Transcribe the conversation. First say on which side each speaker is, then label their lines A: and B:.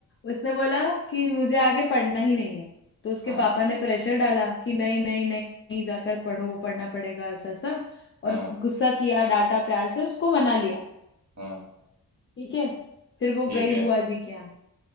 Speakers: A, on the left; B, on the right.
A: उसने बोला कि मुझे आगे पढ़ना ही नहीं है तो उसके
B: <laughs> हाँ
A: पापा ने प्रेशर डाला कि नहीं नहीं नहीं नहीं जाकर पढ़ो पढ़ना पड़ेगा ऐसा सा
B: हाँ
A: और गुस्सा किया डांटा प्यार से उसको मना लिया
B: हाँ
A: ठीक है फिर वो
B: ठीक
A: गई
B: है
A: बुआ जी के यहाँ